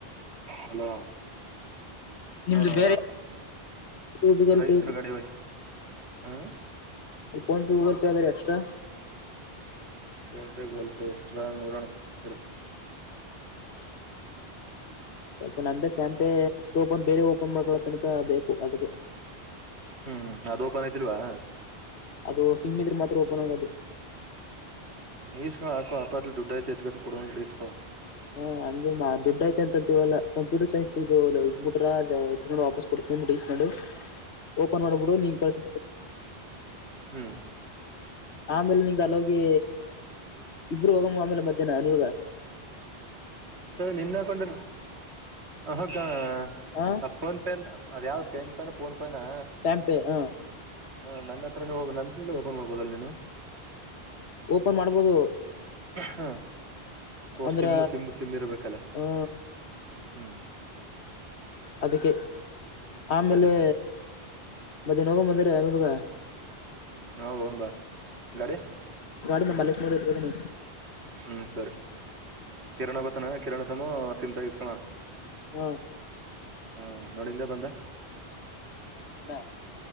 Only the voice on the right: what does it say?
ಹಲೋ
ನೋಡೋ
ರೈತ್ರ
ಗಾಡಿವೈ ಹಾ.
PhonePe Google Pay extra ಅದಾ ಏನ್ ನೋಡೋಣ ಇಡು.
<unintelligible>
ಹ್ಮ್ ಅದು ಓಪನ್ ಐತಿಲ್ವಾ.
ಇಸ್ಕೋ ಹಾಕು ಆಪ ಅತ್ ದುಡ್ ಐತೆ ಇಟಗಟೆ ಕೊಡುವಕೆ ಇಸ್ಕೋ
<unintelligible>
ಹ್ಞ
ಸ ನಿನ್ನ ಹಾಕೊಂಡ ಹಕ್ಕ
ಆಪ್ಪೋನ್ ಪೇ ಅದ ಯಾವ್ದ್ ಪೆನ್ಕಾರ್ಡ್ ಪೋನಪೇ ನಾ
ಹಾ ನನ್ನ ಹತ್ರ ಹೊ ನನ್ನ ಓಪನ್ ಮಾಡ್ಬೋದಲ್ಲ ನೀವು
ಹಾಹ್ ಓ
ಸಿಮ್ಮು ಸಿಮ್ಮು ಸಿಮ್ಮು ಇರ್ಬೇಕಲ್ಲ
ಹ್ಮ್.
ಸರಿ ಸರಿ
ಹಾ ಹೋಗನ ಬಾ ಗಾಡಿ
ಹ್ಮ್ ಸರಿ ಕಿರಣ ಬರ್ತನ ಕಿರಣ ತಮ್ಮ ಸಿಮಂತಾಗ ಇಸ್ಕೋಲೋನ.
ಹಾ ನೋಡ ಇಲ್ಲೆ ಬಂದ.